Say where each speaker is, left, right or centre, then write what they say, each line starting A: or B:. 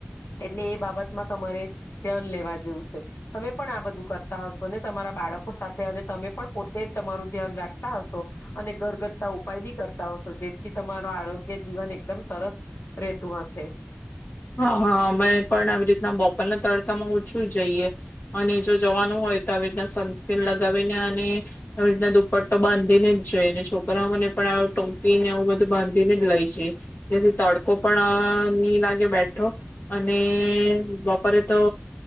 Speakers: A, on the left; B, on the left.
A: એટલે એ બાબતમાં તમારે ધ્યાન લેવા જેવું છે, તમે પણ આ બધું કરતા હશો અનેને તમારા બાળકો સાથે અને તમે પણ પોતે તમારું ધ્યાન રાખતા હશો, અને ઘરગથતા ઉપાય બી કરતા હશો, જેથી તમારા આરોગ્ય જીવન એકદમ સરસ રહેતું હશે.
B: હા હા અમે પણ આવી રીતના બપોરના તડકામાં ઓછું જઈએ, અને જો જવાનું હોય તો આવી રીતના સનસ્ક્રીન લગાવીને અને આવી રીતના મો પર દુપટ્ટો બાંધીને જ જઈએ અને છોકરા ઓને પણ ટોપીને આવવું બધું બાંધીને જ લઈ જઈએ જેથી તડકો પણ આ લાગે બેઠ અને બપોરે તો